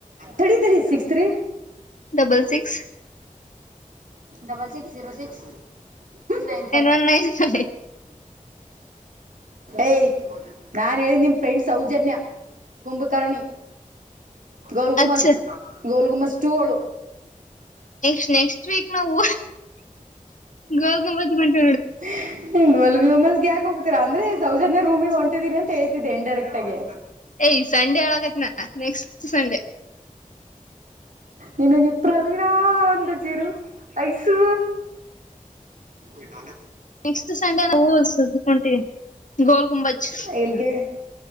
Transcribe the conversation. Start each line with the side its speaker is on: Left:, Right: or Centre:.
Right: ತಡಿ ತ six three
Left: double six
Right: double six zero six nine five
Left: one nine five
Right: ಏಯ ನಾನ್ ಹೇಳಿದ ನಿಮ್ ಫ್ರೆಂಡ್ ಸೌಜನ್ಯ ಕಂಭುಕರ್ಣಿ ಗೋಲ್ ಗುಮಸ್
Left: ಅಚ್ಚ
Right: ಗೋಲ್ ಗುಮಸ್ ಟಳು
Left: ಎ ನೆಕ್ಸ್ಟ್ ವೀಕ್ ನಾವು ಗಲ್ ಗಂಬತ್ ಗಂಟ
Right: ಹ್ಮ್ ಹಿಂಗ ಹೊಲ್ಗ ಮಂದ್ಗೆಗ ಹೋಗತರ ಅಂದ್ರೆ ಸೌಜನ್ಯ ರೂಮಿಗೆ ಹೊಟಿದೀರಿ ಅಂತ ಹೇತಿದ್ದೆ ಇನ್ ಡೈಕ್ಟಗಿ
Left: ಏಯ್ ಸಂಡೆ ಒಳಗೈತ್ನಾ ನೆಕ್ಸ್ಟ್ ಸಂಡೆ
Right: ನಿಿನಗೆ ಪ್ರವೀಣಾ ಅಂದ ಜೀರು ಐಸು ಇಲ್ಲ
Left: ನೆಕ್ಸ್ಟ್ ಸಂಡೆ ನಾವು ಸುದ್ಕೊಂಟಿವಿ ಗೋಲ್ ಗುಂಬಜ್
Right: ಎಲ್ಗೆ